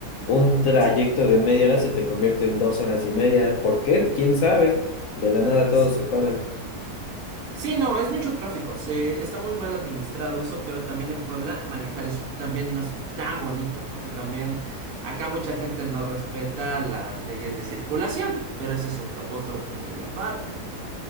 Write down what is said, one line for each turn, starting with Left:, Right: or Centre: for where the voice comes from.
Left: un trayecto
Right: sí,
Left: de media hora se te convierte en dos horas y media. ¿Por qué? ¿Quién sabe? De la nada todos
Right: sí,
Left: se paran.
Right: sí, no, es mucho tráfico, se, está muy mal administrado eso, pero también en Puebla manejar es, también no es tan bonito, porque también acá mucha gente no respeta las leyes de circulación, pero ese es otro, otro punto y aparte.